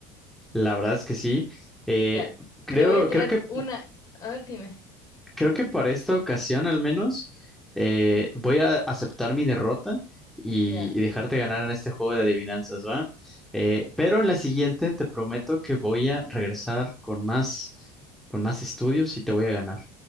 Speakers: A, in the centre; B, on the left.
A: La verdad es que sí. Eh,
B: Ya,
A: creo,
B: te voy a tirar
A: creo que
B: una. A ver, dime.
A: Creo que para esta ocasión al menos eh, voy a aceptar mi derrota y,
B: Ya.
A: y dejarte ganar en este juego de adivinanzas, ¿va? Eh, pero en la siguiente te prometo que voy a regresar con más, con más estudios y te voy a ganar.